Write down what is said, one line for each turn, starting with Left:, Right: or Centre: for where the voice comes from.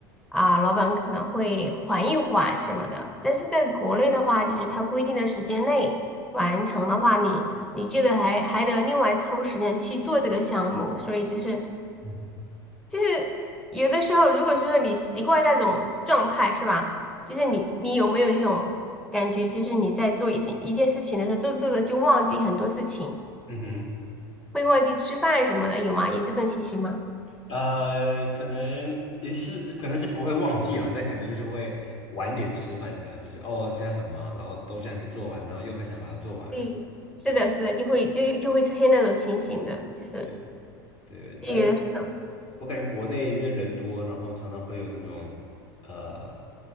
Centre: 啊，老板可能会缓一缓什么的，但是在国内的话，就是他规定的时间内完成的话，你你这个还还得另外抽时间去做这个项目，所以就是。
Left: 嗯
Centre: 就是有的时候，如果是说你习惯那种状态，是吧？就是你，你有没有一种感觉，就是你在做一件一件事情的时候，做着做着就忘记很多事情，
Left: 嗯哼。
Centre: 会忘记吃饭什么的，有吗？有这种情形吗？
Left: 呃，可能也是，可能是不会忘记了，但可能就是会晚点吃饭，这样就是哦，现在很忙，然后东西还没做完，然后又很想把它做完。
Centre: 对，是的，
Left: 对
Centre: 是的，就会就就会出现那种情形的，就是
Left: 对对，
Centre: 有的
Left: 呃，我感觉国内因为人多，然后常常会有那种呃，